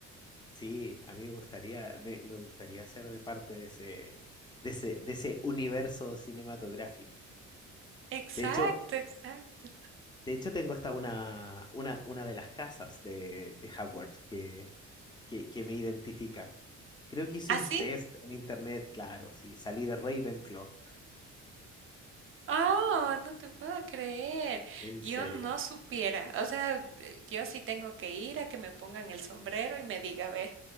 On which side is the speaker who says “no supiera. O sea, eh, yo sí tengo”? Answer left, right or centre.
Right